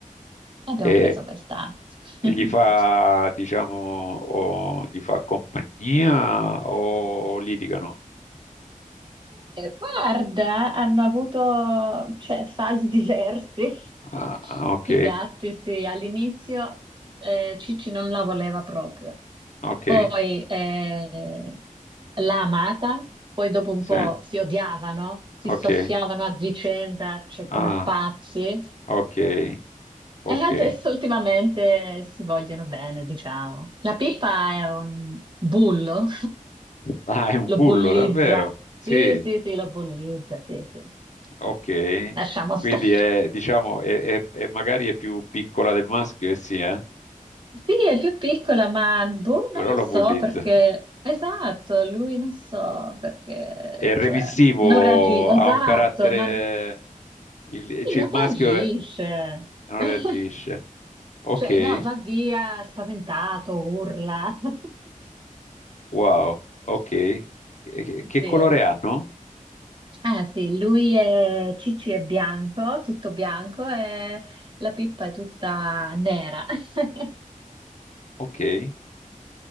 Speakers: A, on the right; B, on the left.
A: Abbiamo
B: E,
A: preso questa.
B: e
A: <laughs>
B: gli fa, diciamo, o gli fa compagnia o litigano?
A: Eh, Guarda, hanno avuto, cioè, fasi diverse.
B: Ah,
A: <laughs>
B: ah, ok,
A: I gatti, sì, all'inizio eh, Cicci non la voleva proprio,
B: ok,
A: poi eh, l'ha amata, poi dopo un
B: sì,
A: po' si odiavano, si
B: ok.
A: soffiavano a vicenda, cioè come
B: Ah.
A: pazzi,
B: Ok, ok.
A: e adesso ultimamente si vogliono bene, diciamo. La Pippa è un bullo,
B: Ah, è un
A: lo
B: bullo,
A: bollizza.
B: davvero? Sì,
A: Sì, sì, sì, lo bollizza, sì, sì.
B: ok.
A: Sì. Lasciamo stare.
B: Quindi è, diciamo, è, è- è- magari è più piccola del maschio, e sì, eh?
A: Sì, è più piccola, ma boh,
B: Però
A: non lo
B: lo
A: so
B: bullizza.
A: perché... Esatto, lui non so perché,
B: È remissivo,
A: cioè, non reagisce, esatto,
B: ha un carattere...
A: non,
B: Il,
A: sì,
B: cioè
A: non
B: il maschio
A: reagisce.
B: è- non
A: <laughs>
B: reagisce. Ok,
A: Cioè, no, va via spaventato, urla. <laughs>
B: wow, ok. E- Che, che
A: Sì.
B: colore hanno?
A: Ah, sì, lui è Cici è bianco, tutto bianco e la Pippa è tutta nera. <laughs>
B: Ok.